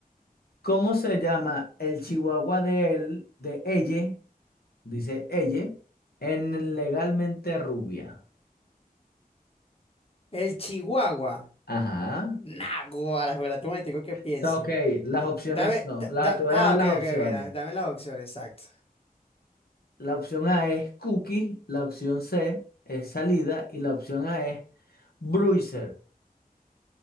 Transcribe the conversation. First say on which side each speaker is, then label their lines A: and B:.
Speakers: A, on the left; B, on the left.
A: ¿Cómo se llama el chihuahua de él, de ella, dice ella, en Legalmente Rubia?
B: El Chihuahua.
A: Ajá.
B: Naguará, espera, tú me digo que piensen.
A: Está ok, las opciones
B: Dame,
A: son,
B: da-
A: las,
B: da-
A: te voy
B: ah,
A: a dar
B: ok,
A: las
B: ok,
A: opciones.
B: ok, da- dame, la opción, exacto.
A: La opción A es cookie, la opción C es salida y la opción A es bruiser.